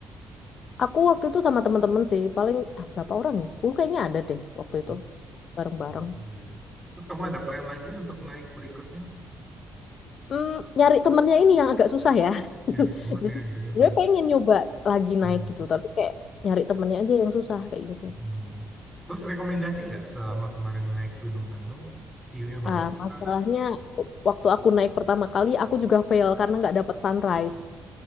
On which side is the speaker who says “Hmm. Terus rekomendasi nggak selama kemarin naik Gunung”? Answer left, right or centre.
Centre